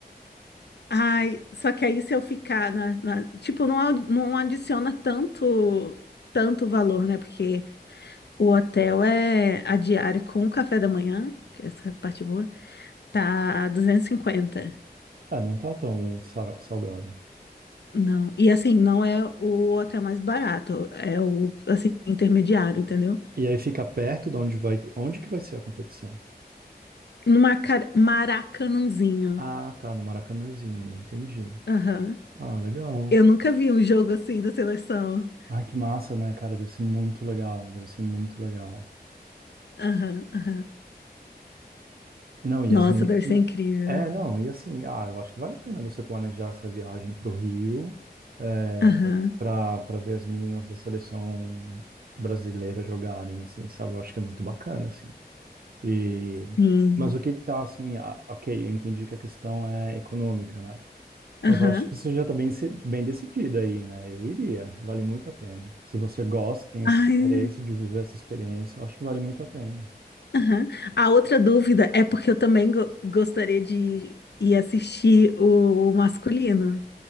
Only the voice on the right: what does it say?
Ah, não tá tão sa- salgado.
E aí fica perto de onde vai, ter- onde que vai ser a competição?
Ah, tá, no Maracanãzinho, entendi.
Ah, legal.
Ai, que massa, né, cara? Deve ser muito legal, deve ser muito legal.
Não, e
as meni-
É, não, e assim, ah, eu acho que vale a pena você planejar essa viagem para o Rio, é,
para para ver as meninas da seleção brasileira jogarem, assim, sabe? Eu acho que é muito bacana, assim. E,
mas o que que tá, assim, ah, ok, eu entendi que a questão é econômica, né?
Mas eu acho que isso já está bem, se- bem decidida aí, né? Eu iria, vale muito a pena. Se você gosta, tem esse
interesse de viver essa experiência, eu acho que vale muito a pena.